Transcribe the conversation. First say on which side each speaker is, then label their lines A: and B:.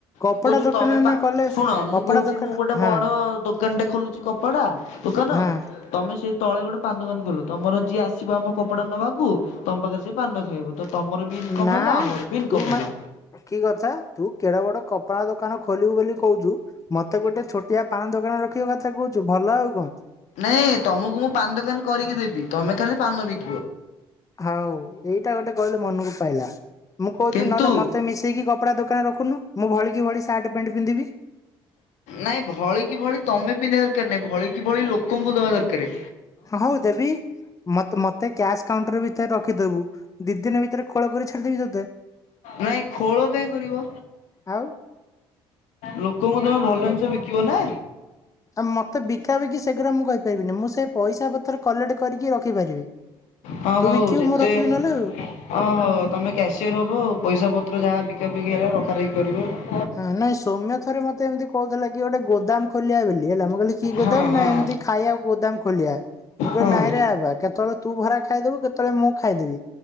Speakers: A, on the left; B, on the left.
A: କପଡା
B: ମୁଁ କହୁଛି
A: ଦୋକାନ
B: ତମେ
A: ଏଇନା
B: ପା
A: କଲେ
B: ଶୁଣ ମୁଁ
A: କପଡା
B: କହୁଛି
A: ଦୋକାନ
B: ମୁଁ ଗୋଟେ
A: ହଁ
B: ବଡ ଦୋ କାନ ଟେ ଖୋଲୁଛି କପଡା ଦୋକାନ
A: ହଁ
B: ତମେ ସେଇ ତଳେ ଗୋଟେ ପାନ ଦୋକାନ ଖୋଲ ତମର ଯିଏ ଆସିବ ଆମ କପଡା ନବାକୁ ତମ ପାଖରେ ସିଏ ପାନଟା ଖାଇବ। ତ ତମର ବି ଇନକମ
A: ନା
B: ହେଲା ଆମର ବି ଇନକମ
A: ତୁ
B: ହେଲା।
A: ମା କି କଥା ତୁ କେଡ ବଡ କପଡ଼ା ଦୋକାନ ଖ ଖୋଲିବୁ ବୋଲି କହୁଛୁ ମତେ ଗୋଟେ ଛୋଟିଆ ପାନ ଦୋକାନ ରଖିବା କଥା କହୁଛୁ ଭଲ ଆଉ କଣ?
B: ନାଇଁ ତମକୁ ମୁଁ ପାନ ଦୋକାନ କରିକି ଦେବି ତମେ ଖାଲି ପାନ ବିକ
A: ହଉ ଏଇଟା ଗୋଟେ କହିଲୁ ମନକୁ ପାଇଲା। ମୁଁ କହୁଛି
B: କିନ୍ତୁ
A: ନହେଲେ ମତେ ମିଶେଇକି କପଡ଼ା ଦୋକାନରେ ରଖୁନୁ ମୁଁ ଭଳିକି ଭଳି ସାର୍ଟ ପ୍ୟାଣ୍ଟ ପିନ୍ଧିବି।
B: ନାଇଁ ଭଳି କି ଭଳି ତମେ ପିନ୍ଧିବା ଦରକାର ନାଇଁ ଭଳି କି ଭଳି ଲୋକଙ୍କୁ ଦବା ଦରକାରେ।
A: ହଉ ଦେବି ମୋତ-ମତେ କ୍ୟାସ୍ କାଉଣ୍ଟର ଭିତରେ ରଖିଦବୁ ଦି ଦିନ ଭିତରେ ଖୋଳ କରି ଛାଡି ଦେବି ତୋତେ।
B: ନାଇଁ ଖୋଳ କାଇଁ କରିବ
A: ଆଉ
B: ଲୋକଙ୍କୁ ତମେ ଭଲ ଦି ବିକିବନା।
A: ଆମ ତ ବିକାବିକି ସେଗୁରା ମୁଁ କହିପାରିବିନି। ମୁଁ ସେ ପଇସା ପତ୍ର କଲେକ୍ଟ କରିକି ରଖିପାରିବି।
B: ହଁ
A: ତୁ
B: ହଉ
A: ବିକିବୁ
B: ଯେତେ
A: ମୁଁ ରଖିବି ନହେଲେ ଆଉ।
B: ହଁ ହଉ ତମେ କ୍ୟାସିୟର ହବ ଆଉ ପଇସା ପ ପତ୍ର ଯାହା ବିକା ବିକି ହେଲା ରଖାରଖି କରିବ।
A: ହଁ ନାଇଁ ସୋମ୍ୟ ଥରେ ମତେ ଏମିତି କହୁଥିଲା କି ଗୋଟେ ଗୋଦାମ ଖୋଲିବା ବୋଲି ହେଲା ମୁଁ କହିଲି କି ଗୋଦାମ
B: ହଁ ହଁ
A: ନା ଏମିତି ଖାଇବାକୁ ଗୋଦାମ ଖୋଲିବା। ମୁଁ କହିଲି
B: ହଁ
A: ନାଇଁରେ ବାବା କେତେବେଳେ ତୁ ଭରା ଖାଇଦେବୁ, କେତେବେଳେ ମୁଁ ଖାଇଦେବି